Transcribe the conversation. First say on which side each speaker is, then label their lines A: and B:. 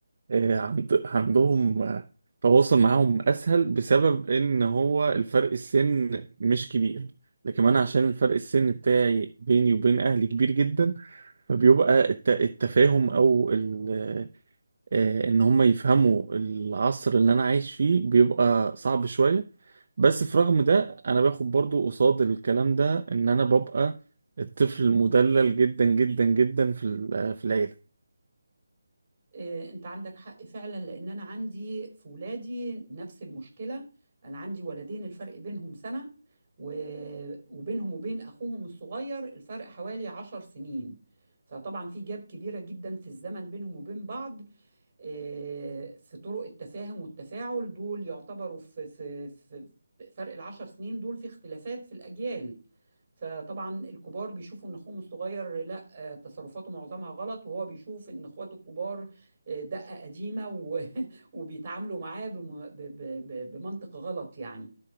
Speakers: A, on the right (about 45°); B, on the right (about 25°).
A: آه، عند- عندهم تواصل معاهم اسهل بسبب ان هو الفرق السن مش كبير لكن انا عشان الفرق السن بتاعي بيني وبين اهلي كبير جدا فبيبقى الت- التفاهم او ال- آه، ان هم يفهموا العصر اللي انا عايش فيه بيبقى صعب شوية بس في رغم ده انا باخد برضو قصاد الكلام ده ان انا ببقى الطفل المدلل جدا جدا جدا في ال- في العيلة
B: آه، انت عندك حق فعلا لان انا عندي في ولادي نفس المشكلة انا عندي ولدين الفرق بينهم سنة و- وبينهم وبين اخوهم الصغير الفرق حوالي عشر سنين فطبعا في جاب كبيرة جدا في الزمن بينهم وبين بعض آه، في طرق التفاهم والتفاعل دول يعتبروا في في في فرق العشر سنين دول في اختلافات في الأجيال فطبعا الكبار بيشوفوا ان اخوهم الصغير لا آه، تصرفاته معظمها غلط وهو بيشوف ان اخواته الكبار آه، دقة قديمة و- <laughs> وبيتعاملوا معاه بم- ب- ب- ب- بمنطق غلط يعني